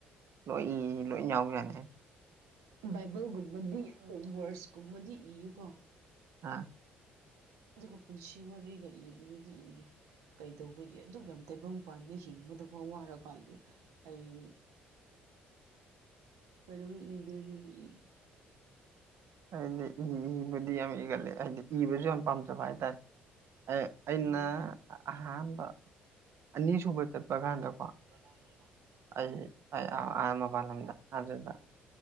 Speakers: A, on the right; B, on the right.
A: ꯂꯣꯏ ꯂꯣꯏ ꯌꯥꯎꯕ ꯌꯥꯗꯦ
B: ꯕꯥꯏꯕꯜꯒꯨꯝꯕꯗꯤ ꯑꯗꯨꯝ ꯋꯥꯔꯁꯀꯨꯝꯕꯗꯤ ꯏꯌꯦꯀꯣ
A: ꯑꯥ
B: ꯑꯗꯨꯒ ꯄꯨꯟꯁꯤ ꯋꯥꯔꯤꯒ ꯏꯕꯗꯨꯗꯤ ꯏꯗꯦ ꯀꯩꯗꯧꯕꯒꯤ ꯑꯗꯨꯛ ꯌꯥꯝ ꯇꯩꯕꯪꯄꯥꯟꯅ ꯍꯤꯡꯕꯗꯕꯨ ꯋꯥꯔꯀꯥꯟꯗ ꯍꯌꯦꯡ ꯀꯩꯗꯧꯕꯩ ꯏꯗꯣꯏꯅꯣꯅꯦ ꯏꯗꯦ
A: ꯑꯩꯗꯤ ꯏꯕꯗꯤ ꯌꯥꯝ ꯏꯒꯟꯂꯦ ꯍꯥꯏꯗꯤ ꯏꯕꯨꯁꯨ ꯌꯥꯝ ꯄꯥꯝꯖꯩ ꯑꯗꯨ ꯍꯥꯏꯇꯥꯔꯦ ꯑꯩꯅ
B: ꯎꯝ
A: ꯑꯍꯥꯟꯕ ꯑꯅꯤꯁꯨꯕ ꯆꯠꯄ ꯀꯥꯟꯗꯀꯣ
B: ꯑ <inaudible>
A: ꯑꯩ ꯑꯥꯥ ꯃꯄꯥꯟ ꯂꯝꯗ ꯑꯗꯨꯗ